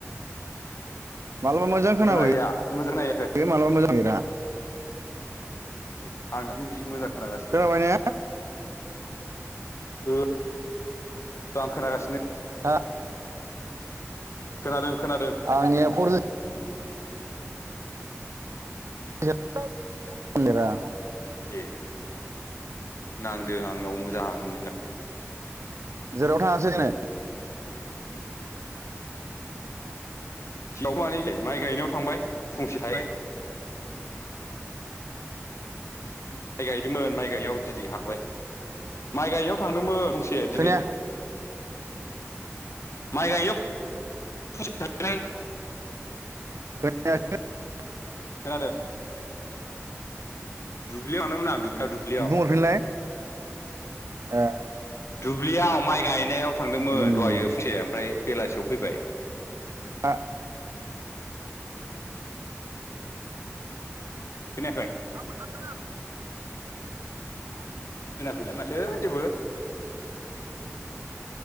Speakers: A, on the right; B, on the left.
A: मालाबा मोजां खोनाबो
B: खोनाहैया मोजां नायाखै
A: मालाबा मोजां गा <inaudible>
B: दे आंनाखौ जि मोजां खोनागासिनो
A: खोनाबाय ने
B: ओ आं खोनागासिनो
A: हो
B: खोनादों खोनादों
A: आंनिया फरजि <inaudible>
B: ए नांदों आंनाव मोजांनो
A: जेराव थाङासै दिनै
B: सिवबो मानि बे माइ गायनायाव थांबाय फंसे थाहैबाय
A: बेथ <inaudible>
B: माइ गायदोंमोन माइ गायनायाव दिनै हाबबाय माइ गायनायाव थांदोंमोन फुंसे दिनै
A: खोनाया
B: माइ गायनायाव
A: <inaudible>
B: फुंसे थाहैनाय
A: <inaudible>
B: खोनादों दुब्लियाव थांदोंमोन आं दुब्लियाव दुब्लियाव
A: बुंहरफिनलाय ए
B: दुब्लियाव माइ गायनायाव थांदोंमोन
A: उम
B: दहायो फुंसे ओमफ्राय बेलासियाव फैबाय
A: आ <inaudible>
B: खोनायाखै
A: दाब ना <inaudible>
B: खोनाफैला माथो जेबो